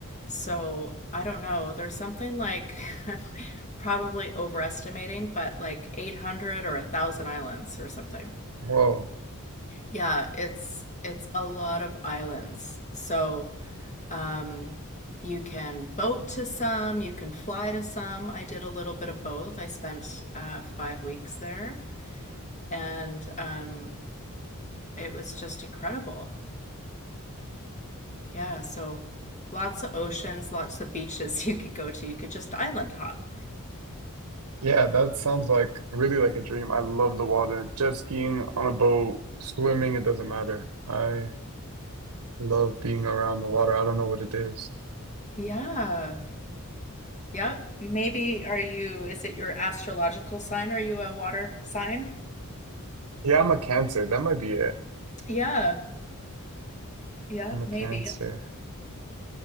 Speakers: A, on the left; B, on the right.
A: so I don't know, there's something like <laughs> I'm probably overestimating, but like 800 or 1,000 islands or something.
B: Whoa.
A: Yeah, it's it's a lot of islands. So, um, you can boat to some, you can fly to some. I did a little bit of both. I spent uh, five weeks there, and um, it was just incredible. Yeah, so lots of oceans, lots of beaches <laughs> you could go to. You could just island hop.
B: Yeah, that sounds like really like a dream. I love the water. Jet skiing on a boat, swimming, it doesn't matter. I love being around the water. I don't know what it is.
A: Yeah. Yep. Maybe are you, is it your astrological sign? Are you a water sign?
B: Yeah, I'm a Cancer. That might be it.
A: Yeah. Yeah,
B: I'm a
A: maybe.
B: Cancer.